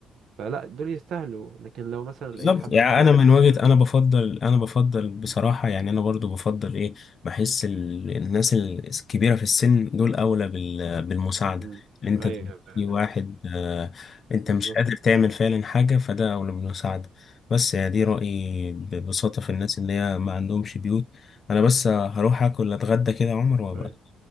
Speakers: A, on the right (about 70°); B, on the left (about 45°).
A: فلا دول يستاهلوا لكن لو مثلا
B: بالظبط
A: لقيت حبة
B: يعني
A: شباب
B: انا من وجهة انا بفضل انا بفضل بصراحة يعني انا برضو بفضل ايه بحس ال- الناس ال- الكبيرة في السن دول اولى بال- بالمساعدة
A: مم.
B: ان انت
A: ايوه
B: دلوقتي واحد آه، انت
A: بالظبط
B: مش قادر تعمل فعلا حاجة فده اولى بالمساعدة بس يعني دي رأيي ببساطة في الناس اللي هي ما عندهمش بيوت انا بس هروح اكل اتغدى كده يا عمر وابقى
A: أيوة.